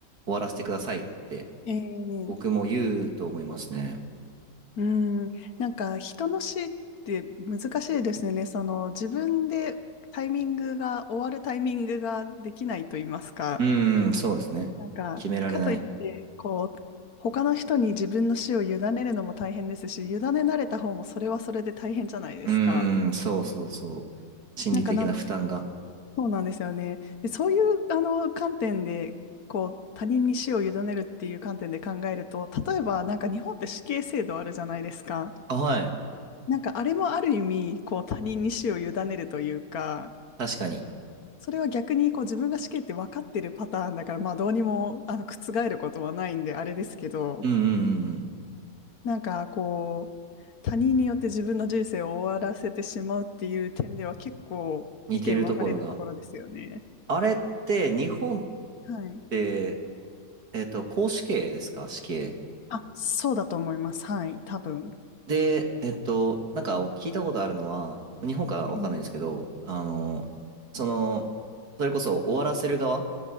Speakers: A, on the right; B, on the left.
A: 終わらせてくださいって
B: ええ
A: 僕も言うと思いますね。
B: うん。なんか、人の死って難しいですね。その、自分でタイミングが、終わるタイミングができないと言いますか。
A: うーん、そうですね。
B: なんか、
A: 決められない。
B: かといって、こう、他の人に自分の死を委ねるのも大変ですし、委ねられた方もそれはそれで大変じゃないですか。
A: うーん、そうそうそう。心理的な負担が。
B: なんかなんそうなんですよね。で、そういうあの観点で、こう、他人に死を委ねるっていう観点で考えると、例えばなんか日本って死刑制度あるじゃないですか。
A: あ、はい。
B: なんかあれもある意味、こう、他人に死を委ねるというか、
A: 確かに。
B: それは逆にこう自分が死刑って分かってるパターンだから、まあどうにもあの覆ることはないんであれですけど、
A: うんうんうんうん。
B: なんかこう、他人によって自分の人生を終わらせてしまうっていう点では結構意見分かれるところですよね。
A: 似てるところが。あれって、日本っ
B: はい。
A: て、えっと、絞死刑ですか死刑。
B: あ、そうだと思います。はい、多分。
A: で、えっと、なんか聞いたことあるのは、日本かわかんないんですけど、
B: えー
A: あの、その、それこそ終わらせる側、